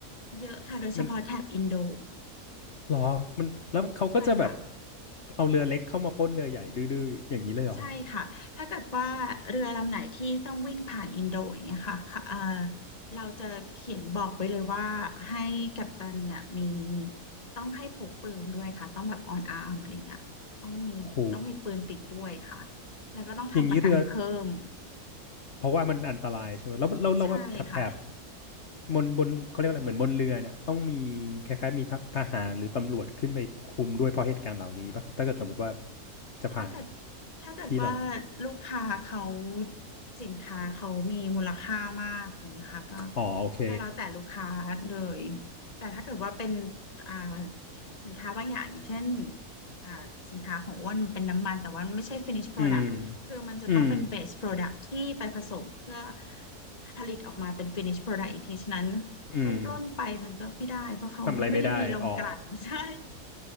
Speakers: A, on the left (about 30°); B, on the left (about 50°).
A: เยอะค่ะโดยเฉพาะแถบอินโด
B: มันหรอมันแล้วเขาก็จะแบบ
A: ใช่ค่ะ
B: เอาเรือเล็กเข้ามาปล้นเรือใหญ่ดื้อๆอย่างนี้เลยเหรอ
A: ใช่ค่ะ ถ้าเกิดว่าเรือลำไหนที่ต้องวิ่งผ่านอินโดอย่างเงี้ยค่ะค่ะเอ่อเราจะเขียนบอกไว้เลยว่าให้กัปตันเนี่ยมีต้องให้พกปืนด้วยค่ะ ต้องแบบออนอาร์มอะไรเงี้ยต้องมีต้องมีปืนติดด้วยค่ะ
B: โห
A: แล้วก็ต้องทำประกันเพิ่ม
B: อย่างนี้เรือ เพราะว่ามันอันตรายใช่ไหมแล้วแล้วแล้วแบบแถบแถบ
A: ใช่ค่ะ
B: บนบนเขาเรียกอะไรเหมือนบนเรือเนี่ยต้องมีคล้ายๆมีททหารหรือตำรวจขึ้นไปคุมด้วยเพราะเหตุการณ์เหล่านี้ป่ะครับถ้าเกิดสมมติว่าจะผ่าน
A: ถ้าเกิดถ้าเกิดว่า
B: ที่เหล่านี้
A: ลูกค้าเขาสินค้าเขามีมูลค่ามากอย่างเงี้ยค่ะก็
B: อ๋อโอเค
A: ก็แล้วแต่ลูกค้าเลยแต่ถ้าเกิดว่าเป็นอ่าสินค้าบางอย่างอย่างเช่นอ่าสินค้าของอ้วนมันเป็นน้ำมันแต่ว่ามันไม่ใช่ finish product
B: อืม
A: คือมันจะต้องเป็น
B: อืม
A: base product ที่ไปผสมเพื่อผลิตออกมาเป็น finish product อีกทีฉะนั้น
B: อืม
A: เขาปล้นไปมันก็ไม่ได้เพราะเขาไม่ได้มีโรงกลั่น
B: ทำอะไรไม่ได้อ๋อ
A: <laughs> ใช่